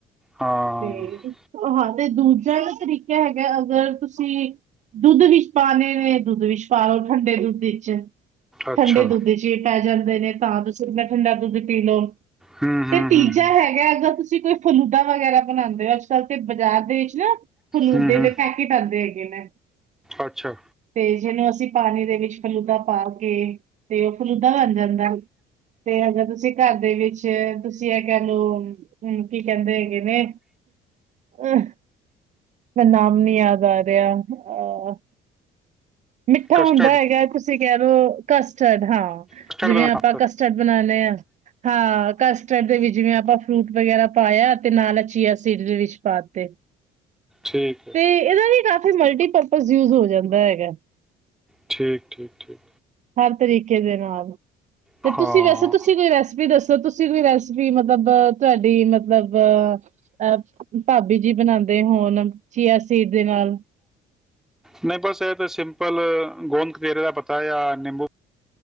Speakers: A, in the centre; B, on the right.
A: ਹਾਂ
B: ਤੇ ਹਾਂ ਤੇ ਦੂਜ ਤਰੀਕਾ ਹੈਗਾ ਅਗਰ ਤੁਸੀਂ ਦੁੱਧ ਵਿੱਚ ਪਾਉਣੇ ਨੇ ਦੁੱਧ ਵਿੱਚ ਪਾ ਲਓ ਠੰਡੇ ਦੁੱਧ ਵਿੱਚ
A: ਅੱਛਾ
B: ਠੰਡੇ ਦੁੱਧ ਚ ਪੈ ਜਾਂਦਾ ੇ ਤਾ ਦ ਚਨਾੰਾ ਦੱਟੀੋ
A: ਹੂੰ ਹੂੰ
B: ਤੇ ਤੀਜਾ
A: ਹੂੰ ਹੂੰ।
B: ਹੈਗਾ ਅਗਰ ਤੁਸੀਂ ਕੋਈ ਫਲੂ ੁੱਾਂ ਵਗੈਰਾ ਬਣਾਉਂਦੇ ਹੋ ਅੱਜ ਕੱਲ੍ਹ ਤੇ ਬਾਜ਼ਾਰ ਦੇ ਵਿੱਚ ਨਾ ਫਲੂਦੇ
A: ਹੂੰ ਹੂੰ
B: ਦੇ ਪੈਕੇਟ ਆਉਂਦੇ ਹੈਗੇ ਨੇ
A: ਅੱਛਾ
B: ਤੇ ਜਿਹਨੂੰ ਅਸੀਂ ਪਾਣੀ ਦੇ ਵਿੱਚ ਫਲੂਦਾ ਪਾ ਕੇ ਤੇ ਉਹ ਫਲੂਦਾ ਬਣ ਜਾਂਦਾ ਤੇ ਅਗਰ ਤੁਸੀਂ ਘਰ ਦੇ ਵਿੱਚ ਤੁਸੀਂ ਇਹ ਕਹਿ ਲਓ ਹ ਕੀ ਕਹਿੰਦੇ ਹੈ ਅਹ ਫ ਨਾਮ ਨੀ ਯਾਦ ਅ ਮਿੱਠਾ
A: ਕਸਟਰਡ
B: ਹੁੰਦਾ ਹੈਗਾ ਤੁਸੀਂ ਕਹਿ ਲਓ ਕਸਟਰਡ ਹਾਂ
A: ਕਸਟਰਡ
B: ਜਿਵੇਂ
A: ਬਣਾ
B: ਆਪਾਂ ਕਸਟਰਡ ਬਣਾਉਦੇ ਹਾਂ ਹਾਂ ਕਸਟਰਡ ਦੇ ਵੀ ਜਿਵੇਂ ਆਪਾਂ ਫਰੂਟ ਵੇਗੇਰਾ ਪਾਇਆ ਤੇ ਨਾਲ ਚੀਆ ਸੀਡਜ ਇਹਦੇ ਵਿੱਚ ਪਾ ਤੇ।
A: ਠੀਕ ਹੈ
B: ਤੇ ਇਹਦਾ ਵੀ ਗਾ। ਮਲਟੀ। ਪਰ ਪਰ ਯੂਜ ਹੋ ਜਾਂਦਾ ਹੈਗਾ। <inaudible>
A: ਠੀਕ ਠੀਕ ਠੀਕ।
B: ਹਰ ਤਰੀਕੇ ਦੇ ਨਾਲ। ਤੇ
A: ਹਾਂ
B: ਤੁਸੀਂ ਵੈਸੇ ਤੁਸੀਂ ਕੋਈ ਰੈਸਪੀ ਦੱ। ਤੁਸੀਂ ਕੋਈ ਰੈਸਿਪੀ ਮਤਲਬ ਤੁਹਾਡੀ ਮਤਲਬ ਅ ਭਾਬੀ ਜੀ ਬਣਾਉਂਦੇ ਹੋ। ਚੀਆ ਸੀਡ ਦੇ ਨਾਲ।
A: ਨਹੀਂ ਬਸ ਇਹ ਤਾਂ ਸਿੰਪਲ ਗੂੰਦ ਕਤੀਰੇ ਦਾ ਪਤਾ ਜਾ ਨਿੰਬੂ।